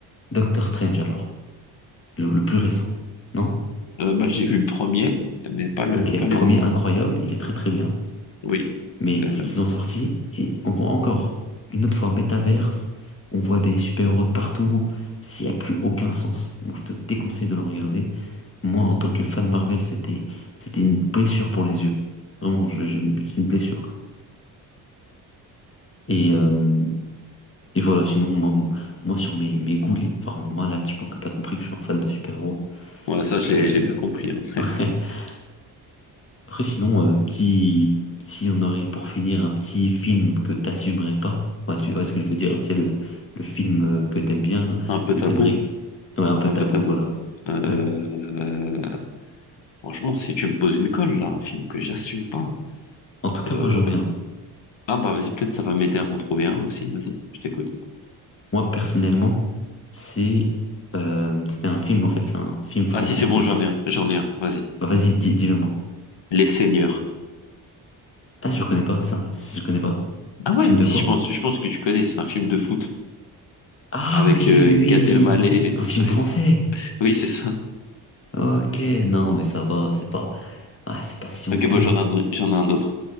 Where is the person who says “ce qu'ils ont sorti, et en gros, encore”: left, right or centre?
Left